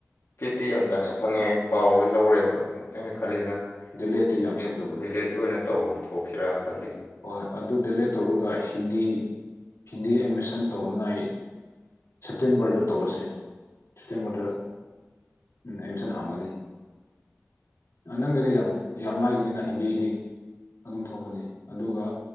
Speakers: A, on the left; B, on the left.
A: ꯄꯦꯠꯇꯤ ꯌꯥꯝ ꯆꯪꯉꯦ ꯈꯪꯉꯦ ꯑꯩ ꯄꯥꯎ ꯂꯣꯏ ꯂꯧꯔꯦꯕ ꯑꯩꯅ ꯈꯜꯂꯤꯅ
B: ꯗꯦꯂꯦꯗꯤ ꯌꯥꯝ
A: ꯗꯤꯂꯦꯠ
B: ꯆꯪꯗꯕꯅꯤ
A: ꯗꯤꯂꯦꯠꯇ ꯑꯣꯏꯅ ꯇꯧꯊꯣꯛꯁꯤꯔꯥ ꯈꯜꯂꯤ
B: ꯍꯣꯏ ꯑꯗꯨ ꯗꯦꯂꯦꯠ ꯇꯧꯔꯒ ꯍꯤꯟꯗꯤ ꯍꯤꯟꯗꯤ ꯑꯦꯠꯃꯤꯁꯟ ꯇꯧꯅꯉꯥꯏ ꯁꯦꯞꯇꯦꯝꯕꯔꯗ ꯇꯧꯔꯁꯦ ꯁꯦꯞꯇꯦꯝꯕꯔꯗ ꯎꯝ ꯑꯦꯃꯤꯁꯟ ꯍꯥꯡꯒꯅꯤ ꯅꯪꯒꯤꯗꯤ ꯌꯥꯝ ꯌꯥꯝ ꯅꯥꯥꯏꯒꯅꯤꯅ ꯍꯤꯟꯗꯤꯒꯤꯗꯤ ꯑꯗꯨꯝ ꯊꯣꯛꯄꯅꯤ ꯑꯗꯨꯒ